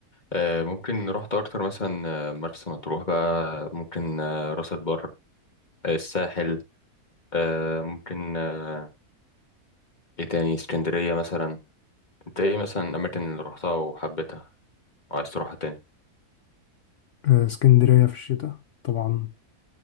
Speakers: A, on the left; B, on the left.
A: أه ممكن رحت اكتر مثلا آه، مرسى مطروح بقى ممكن آه، راس البر آه، الساحل آه ممكن آه ايه تاني اسكندرية مثلا انت ايه مثلا الأماكن اللي روحتها وحبيتها وعايز تروحها تاني
B: آه، اسكندرية في الشتاء طبعا